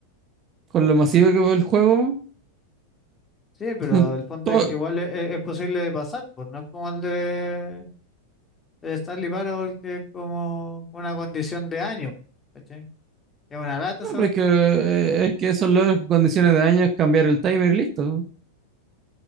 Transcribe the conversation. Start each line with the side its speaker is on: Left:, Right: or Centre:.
Right: con lo masivo que fue el juego,
Left: Sí, pero
Right: <laughs>
Left: el punto
Right: todo,
Left: es que igual e- e- es, posible de pasar, pues no es como el de, el Stanley Parable que es como una condición de año, ¿cachai? Es una lata
Right: No,
Left: esa
Right: pero
Left: cuestión.
Right: es que, eh, es que eso es las condiciones de daño, es cambiar el timer y listo.